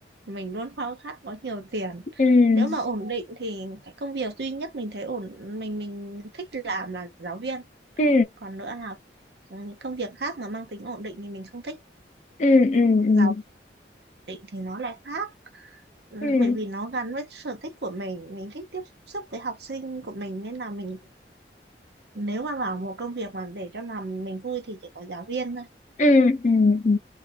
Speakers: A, on the right; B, on the left.
A: mình luôn khao khát có nhiều tiền
B: ừ
A: nếu mà ổn định thì cái công việc duy nhất mình thấy ổn mình mình thích làm là giáo viên
B: ừ
A: còn nữa là những công việc khác mà mang tính ổn định thì mình không thích
B: ừ ừ ừ
A: giáo định thì nó lại khác Ừ,
B: ừ
A: bởi vì nó gắn với sở thích của mình mình thích tiếp xúc với học sinh của mình nên là mình nếu mà vào một công việc mà để cho làm mình vui thì chỉ có giáo viên thôi
B: ừ ừ ừ.